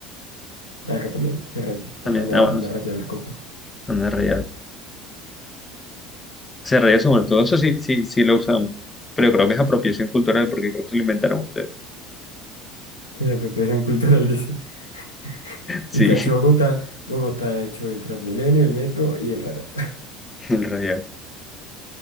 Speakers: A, on the left; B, on the left.
A: Acá también se rayó.
B: También,
A: Anda,
B: ah, bueno,
A: anda
B: sí,
A: rayado el coco.
B: anda rayado. Se rayó, se molestó. Eso sí, sí, sí lo usamos. Pero creo que es apropiación cultural porque creo que se lo inventaron ustedes.
A: <laughs> Es de apropiación cultural, <laughs>
B: <laughs> Sí,
A: Y cacho Bogotá. Bogotá ha hecho el Transmilenio, el metro y el Raya. <laughs>
B: el rayado.